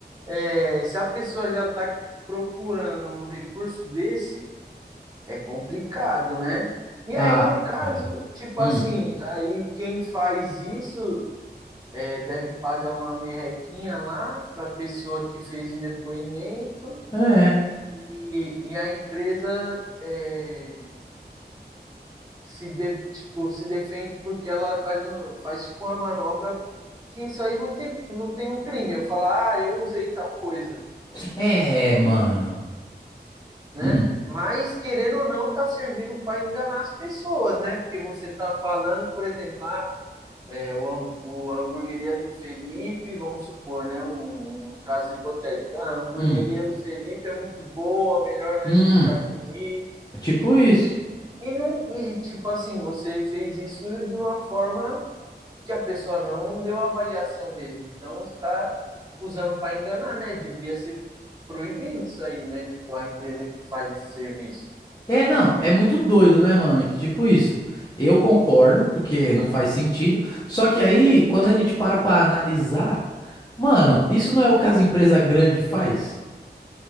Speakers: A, on the right; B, on the left.
A: é, se a pessoa já tá procurando um recurso desse. É complicado, né? E
B: Ah,
A: aí, no caso,
B: é.
A: tipo
B: Hum.
A: assim, aí quem faz isso é, deve pagar uma merrequinha lá para a pessoa que fez o depoimento
B: É.
A: e, e a empresa é, se, de- tipo, se defende porque ela faz, um, faz tipo, uma manobra que isso aí não tem, não tem um crime. Eu falar, ah, eu usei tal coisa.
B: É, mano.
A: E, né?
B: Hum,
A: Mas, querendo ou não, tá servindo para enganar as pessoas, né? Porque você tá falando, por exemplo, ah, é, o, o hamburgueria do Felipe, vamos supor, né? Um, um caso hipotético. Ah, a hamburgueria
B: hum,
A: do Felipe é muito boa, o melhor lanche
B: hum.
A: que eu já comi.
B: É Tipo isso.
A: E, não, e, tipo assim, você fez isso de uma forma que a pessoa não deu avaliação mesmo. Então, você está usando para enganar, né? Devia ser proibido isso aí, né? Tipo, a empresa que faz esse serviço.
B: É, não, é muito doido, né, mano? Que tipo isso. Eu concordo, porque não faz sentido. Só que aí, quando a gente para pra analisar, mano, isso não é o que caso empresa grande faz?